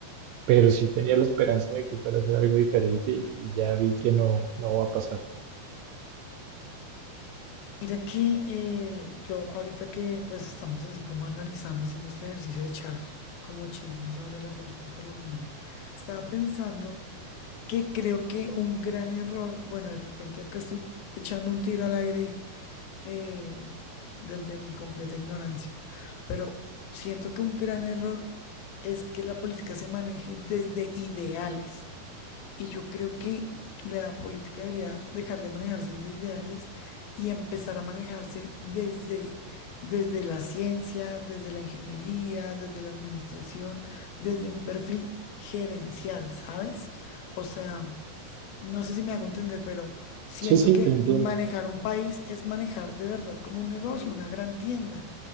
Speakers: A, on the right; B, on the left.
A: pero sí tenía la esperanza de que fuera a ser algo diferente y, y ya vi que no, no va a pasar.
B: Mira que eh, yo ahorita que pues estamos así como analizando, haciendo este ejercicio de echar como chisme sobre la política colombiana, estaba pensando que creo que un gran error, bueno, de repente acá estoy echando un tiro al aire eh, desde mi completa ignorancia, pero siento que un gran error es que la política se maneje desde ideales. Y yo creo que la política debería dejar de manejarse desde ideales y empezar a manejarse desde, desde la ciencia, desde la ingeniería, desde la administración, desde un perfil gerencial, ¿sabes? O sea, no sé si me hago entender, pero siento
A: Sí, sí,
B: que
A: te entiendo.
B: manejar un país es manejar de verdad como un negocio, una gran tienda,